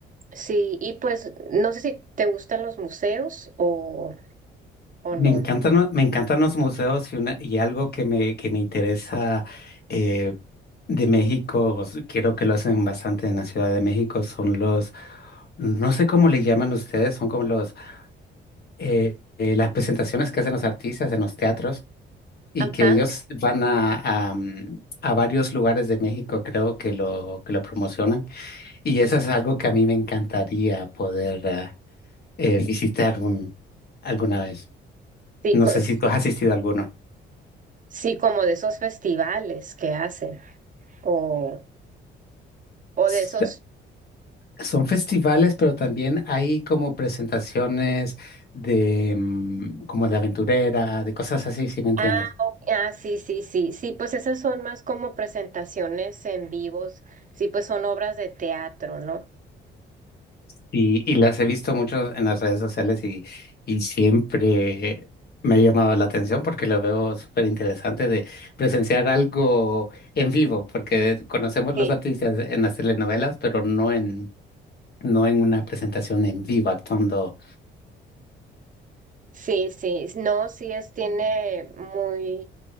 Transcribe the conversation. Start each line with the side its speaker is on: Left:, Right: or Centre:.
Right: Sí, y pues no sé si te gustan los museos o, o
Left: Me
Right: no.
Left: encantan, lo- me encantan los museos y, una- y algo que me, que me interesa eh, de México, s- quiero que lo hacen bastante en la Ciudad de México, son los, no sé cómo le llaman ustedes, son como los, eh, eh, las presentaciones que hacen los artistas en los teatros y
Right: Ajá,
Left: que ellos van a, a, mm, a varios lugares de México, creo que lo, que lo promocionan. Y eso es algo que a mí me encantaría poder ah, eh, visitar un- alguna vez.
Right: sí,
Left: No
Right: co-
Left: sé si
Right: sí,
Left: tú has asistido a alguno.
Right: sí, como de esos festivales que hacen o, o
Left: S-
Right: de esos...
Left: Son festivales, pero también hay como presentaciones de mm, como de aventurera, de cosas así, si me entiendes.
Right: Ah, ok, ah, sí, sí, sí, sí, pues esas son más como presentaciones en vivos, sí, pues son obras de teatro, ¿no?
Left: Y, y las he visto mucho en las redes sociales y, y siempre me ha llamado la atención porque lo veo súper interesante de presenciar algo en vivo, porque conocemos los
Right: Sí,
Left: artistas en las telenovelas, pero no en, no en una presentación en vivo actuando.
Right: sí, sí, no, sí es, tiene muy...